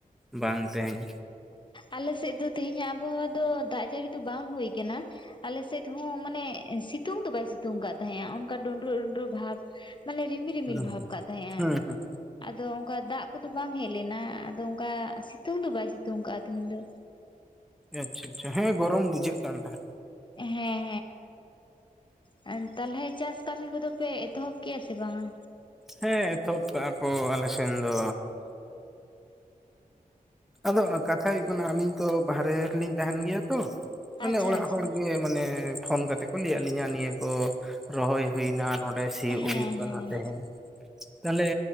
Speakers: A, in the centre; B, on the left.
A: ᱵᱟᱝ ᱛᱮᱦᱮᱧ
B: ᱟᱞᱮ ᱥᱮᱫ ᱫᱚ ᱛᱮᱦᱮᱤᱧ ᱟᱜ ᱟᱵᱚᱦᱟᱣᱟ ᱫᱚ ᱫᱟᱜ ᱡᱟᱹᱲᱤ ᱫᱚ ᱵᱟᱝ ᱦᱩᱭ ᱟᱠᱟᱱᱟ ᱟᱞᱮ ᱥᱮᱫ ᱦᱚᱸ ᱢᱟᱱᱮ ᱥᱤᱛᱩᱝ ᱫᱚ ᱵᱟᱭ ᱥᱤᱛᱩᱝ ᱟᱠᱟᱫ ᱛᱟᱦᱮᱸᱜᱼᱟ ᱚᱱᱠᱟ ᱰᱩᱸᱰᱨᱩᱜ ᱰᱩᱸᱰᱨᱟᱹᱜ ᱵᱷᱟᱵ ᱢᱟᱱᱮ ᱨᱤᱢᱤᱞ ᱨᱤᱢᱤᱞ
A: ᱦᱩᱸ
B: ᱵᱷᱟᱵ ᱠᱟᱜ ᱛᱟᱦᱮᱸ
A: ᱦᱩᱸ
B: ᱟᱭ ᱟᱫᱚ ᱚᱱᱠᱟ ᱫᱟᱜ ᱠᱚᱫᱚ ᱵᱟᱝ ᱦᱮᱡ ᱞᱮᱱᱟ ᱟᱫᱚ ᱚᱱᱠᱟ ᱥᱤᱛᱩᱝ ᱫᱚ ᱵᱟᱭ ᱥᱤᱛᱩᱝ ᱟᱠᱟᱜ ᱛᱤᱦᱤᱧ ᱫᱚ
A: ᱟᱪᱪᱷᱟ ᱟᱪᱪᱷᱟ ᱦᱮᱸ ᱜᱚᱨᱚᱢ ᱵᱩᱡᱷᱟᱹᱜ ᱠᱟᱱ ᱛᱟᱦᱮᱸᱫ
B: ᱦᱮᱸ ᱦᱮᱸ ᱛᱟᱦᱚᱞᱮ ᱪᱟᱥ ᱠᱟᱹᱢᱤ ᱠᱚᱫᱚ ᱯᱮ ᱮᱛᱚᱦᱚᱵ ᱠᱮᱭᱟ ᱥᱮ ᱵᱟᱝᱟ
A: ᱦᱮᱸ ᱮᱛᱚᱵ ᱠᱟᱜᱼᱟ ᱠᱚ ᱟᱞᱮ ᱥᱮᱱ ᱫᱚ ᱟᱫᱚ ᱠᱟᱛᱷᱟ ᱦᱩᱭᱩᱜ ᱠᱟᱱᱟ ᱟᱞᱤᱧ ᱛᱚ ᱵᱟᱨᱦᱨᱮ ᱨᱮᱞᱤᱧ ᱛᱟᱦᱮᱱ ᱜᱮᱭᱟ ᱛᱚ ᱢᱟᱱᱮ
B: ᱟᱪᱪᱷᱟ
A: ᱚᱲᱟᱜ
B: ᱟᱪᱪᱷᱟ
A: ᱦᱚᱲ ᱜᱮ ᱢᱟᱱᱮ ᱯᱷᱳᱱ ᱠᱟᱛᱮ ᱠᱚ ᱞᱟᱹᱭ ᱟᱫ ᱞᱤᱧᱟ ᱱᱤᱭᱟᱹ ᱠᱚ ᱨᱚᱦᱚᱭ ᱦᱩᱭᱱᱟ ᱱᱚᱰᱮ ᱥᱤᱭᱳᱜ
B: ᱦᱮᱸ
A: ᱦᱩᱭᱩᱜ ᱠᱟᱱᱟ
B: ᱦᱮᱸ
A: ᱛᱮᱦᱮᱸᱧ ᱛᱟᱦᱚᱞᱮ